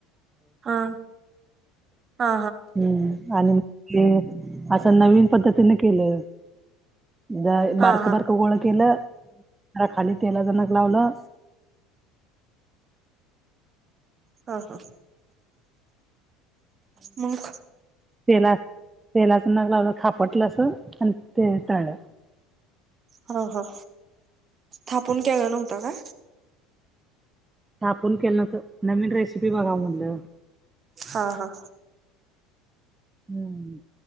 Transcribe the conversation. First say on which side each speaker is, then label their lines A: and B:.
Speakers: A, on the right; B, on the right.
A: हा! हा
B: हूं आणि ते असं नवीन पद्धतीने केलं. दाय
A: हा
B: बारक
A: हा
B: बारक गोळ केलं, जरा खाली तेलाच नक लावलं.
A: हा हा! मंग.
B: तेेला-तेेलाच नग लावलं, खापटलं अस आण ते तळल.
A: हं हं थापून केला नव्हता काय.
B: थापून केलं नव्हत, नवीन रेसिपी बघाव म्हनंलं.
A: हा हा!
B: हूं